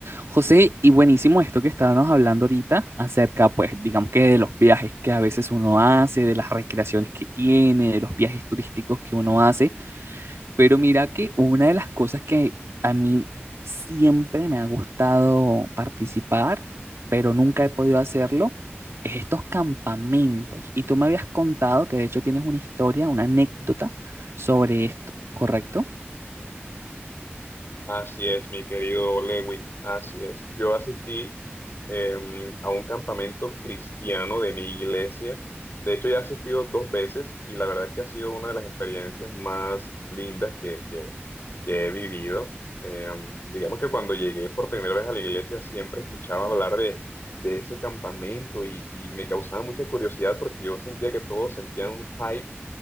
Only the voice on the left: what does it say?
Así es, mi querido Lewin, así es. Yo asistí em, a un campamento cristiano de mi iglesia. De hecho, ya he asistido dos veces y la verdad es que ha sido una de las experiencias más lindas que, que- que he vivido. Em, digamos que cuando llegué por primera vez a la iglesia siempre escuchaba hablar de, de ese campamento y, y me causaba mucha curiosidad porque yo sentía que todos sentían un hype